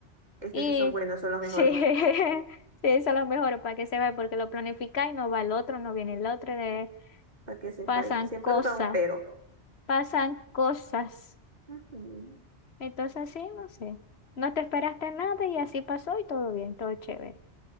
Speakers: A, on the right (about 40°); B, on the left (about 65°).
A: Es
B: Y
A: que esos son buenos, son los
B: sí,
A: mejores,
B: <laughs> sí, eso es lo mejor para que se vea, porque lo planificáis y no va el otro, no viene el otro, eh,
A: para que sepáis.
B: pasan
A: Siempre
B: cosas.
A: buscan un pero.
B: pasan cosas.
A: Ujú.
B: Entonces, sí, no sé. No te esperaste nada y así pasó y todo bien, todo chévere.